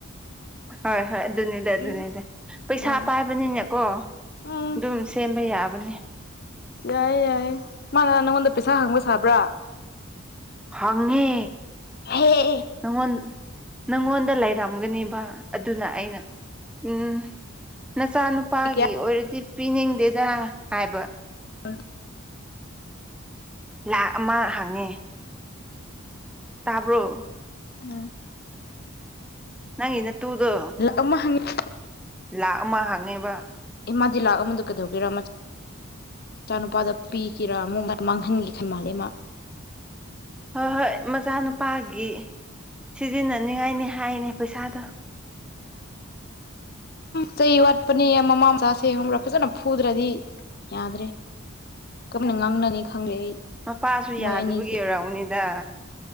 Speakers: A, in the centre; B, on the left (about 45°).
A: ꯍꯣꯏ ꯍꯣꯏ ꯑꯗꯨꯅꯤꯗ ꯑꯗꯨꯅꯤꯗ
B: ꯎꯝ
A: ꯄꯩꯁꯥ
B: ꯎꯝ
A: ꯄꯥꯏꯕꯅꯤꯅꯦꯀꯣ
B: ꯎꯝ
A: ꯑꯗꯨꯝ ꯁꯦꯝꯕ ꯌꯥꯕꯅꯦ
B: ꯌꯥꯏꯌꯦ ꯌꯥꯏ ꯃꯥꯅ ꯅꯪꯉꯣꯟꯗ ꯄꯩꯁꯥ ꯍꯪꯕ ꯁꯥꯕ꯭ꯔꯥ
A: ꯍꯉꯦ
B: ꯍꯦ
A: ꯅꯪꯉꯣꯟ ꯅꯪꯉꯣꯟꯗ ꯂꯩꯔꯝꯒꯅꯦꯕ ꯑꯗꯨꯅ ꯑꯩꯅ ꯎ ꯅꯆꯥꯅꯨ ꯅꯨꯄꯥꯒꯤ
B: ꯀꯌꯥ
A: ꯑꯣꯏꯔꯗꯤ ꯄꯤꯅꯤꯡꯗꯦꯗ ꯍꯥꯏꯕ
B: ꯎꯝ
A: ꯂꯥꯛ ꯃꯥ ꯍꯪꯉꯦ ꯇꯥꯕ꯭ꯔꯣ
B: ꯎꯝ
A: ꯅꯪ ꯏꯅ ꯇꯨꯗꯣ
B: ꯑꯃ ꯍꯪꯉꯤ
A: ꯂꯥꯛ ꯑꯃ ꯍꯪꯅꯦꯕ
B: ꯑꯦꯃꯗꯤ ꯂꯥꯛ ꯑꯃꯗ ꯀꯩꯗꯧꯤꯔꯥ ꯃꯆꯥꯅꯨꯄꯥꯗ ꯄꯤꯈꯤꯔꯥ ꯑꯃꯨꯛ ꯃꯥꯡꯍꯟꯈꯤꯦ ꯈꯔ ꯃꯥꯜꯜꯂꯤꯦ ꯃꯥ
A: ꯍꯣꯏ ꯍꯣꯏ ꯃꯆꯥꯅꯨꯄꯥꯒꯤ ꯁꯤꯖꯤꯟꯅꯅꯤꯉꯥꯏꯅꯤ ꯍꯥꯏꯅꯦ ꯄꯩꯁꯥꯗꯣ
B: ꯆꯩ ꯋꯥꯠꯄꯅꯦ ꯃꯃꯥ ꯃꯆꯥꯁꯦ ꯈꯪꯕ꯭ꯔꯥ ꯐꯖꯅ ꯐꯨꯗ꯭ꯔꯗꯤ ꯌꯥꯗ꯭ꯔꯦ ꯀꯝꯅ ꯉꯥꯡꯅꯅꯤ ꯈꯪꯗꯦ ꯑꯩ
A: ꯃꯄꯥꯁꯨ
B: ꯃꯣꯏ
A: ꯌꯥꯗꯕꯒꯤ
B: ꯑꯅꯤꯁꯦ
A: ꯑꯣꯏꯔꯛꯎꯅꯤꯗ